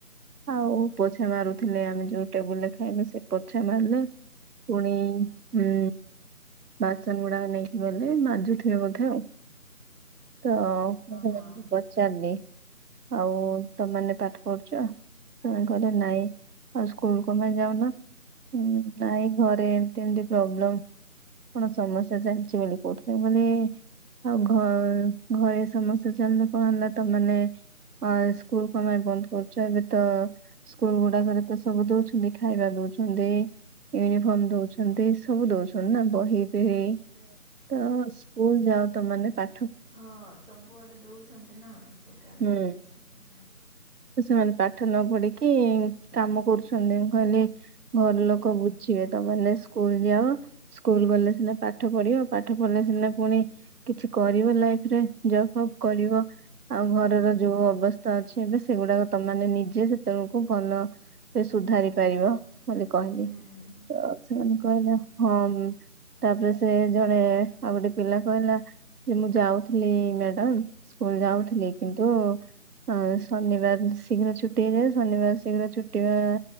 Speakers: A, on the right; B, on the left.
A: ଆଉ ପୋଛା ମାରୁଥିଲେ ଆମେ ଯୋଉ ଟେବୁଲରେ ଖାଇବୁ ସେ ପୋଛା ମାରିଲେ ପୁଣି ହୁଁ ବାସନ ଗୁଡାକ ନେଇକି ଗଲେ ମାଜୁଥିବେ ବୋଧେ ଆଉ? ତ ମୁଁ ସେମାନଙ୍କୁ
B: ହଁ
A: ପଚାରିଲି ଆଉ ତମେେ ପାଠ ପଢୁଛ? ସେମାନେ କହିଲେ ନାଇଁ। ଆଉ ସ୍କୁଲ କଣ ପାଇଁ ଯାଉନ? ହୁଁ, ନାଇଁ ଘରେ ଏମତି ଏମତି ପ୍ରୋବ୍ଲମ୍ କଣ ସମସ୍ୟା ଚାଲିଛି ବୋଲି କହୁଥିଲେ। ମାନେ ଆଉ ଘ ଘରେ ସମସ୍ୟା ଚାଲିଲେ କଣ ହେଲା ତମେମାନେ? ଆ ସ୍କୁଲ କଣ ପାଇଁ ବନ୍ଦ କରୁଛ ଏବେ ତ? ସ୍କୁଲ ଗୁଡାକରେ ତ ସବୁ ଦଉଛନ୍ତି, ଖାଇବା ଦଉଛନ୍ତି। ୟୁନିଫର୍ମ ଦଉଛନ୍ତି ସବୁ ଦଉଛନ୍ତି ନା ବହି ପି ତ ସ୍କୁଲ ଯାଅ ତମେ ମାନେ ପା
B: ହଁ ସବୁଆଡେ ଦଉଛନ୍ତି ନା ସେଇଟା
A: ହୁଁ।
B: କିଛି ନାହିଁ
A: ତ ସେମାନେ ପାଠ ନ ପଢିକି କାମ କରୁଛନ୍ତି। ମୁଁ କହିଲି ଘର ଲୋକ ବୁଝିବେ ତମେ ମାନେ ସ୍କୁଲ ଯାଅ ସ୍କୁଲ ଗଲେ ସିନା ପାଠ ପଢିବ ପାଠ ପଢିଲେ ସିନା ପୁଣି କିଛି କରିବ ଲାଇଫ ରେ ଜବ୍ ଫବ୍ କରିବ। ଆଉ ଘରର ଯୋଉ ଅବସ୍ଥା ଅଛି ଏବେ ସେଗୁଡାକ ତମେମାନେ ନିଜେ ସେତେବେଳକୁ ଭଲ ସେ ସୁଧାରି ପାରିବ ବୋଲି କହିଲି।
B: ହୁଁ
A: ତ ସେମାନେ କହିଲେ ହଁ ମ୍ ତାପରେ ସେ ଜଣେ ଆଉ ଗୋଟେ ପିଲା କହିଲା ଯେ ମୁଁ ଯାଉଥିଲି ମ୍ୟାଡାମ ସ୍କୁଲ ଯାଉଥିଲି କିନ୍ତୁଅଏ ଶନିବାର ଶୀଘ୍ର ଛୁଟି ହେଇଯାଏ। ଶନିବାର ଶୀଘ୍ର ଛୁଟି ହେବା